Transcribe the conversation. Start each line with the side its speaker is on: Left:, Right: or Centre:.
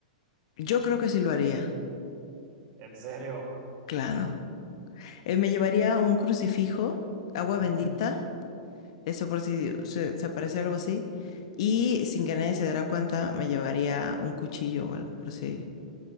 Left: yo creo que sí lo haría,
Right: ¿En serio?
Left: claro. Eh, me llevaría un crucifijo,
Right: Ajá.
Left: agua bendita Eso por si se, se aparece algo así. Y sin que nadie se diera cuenta, me llevaría un cuchillo o algo, por si,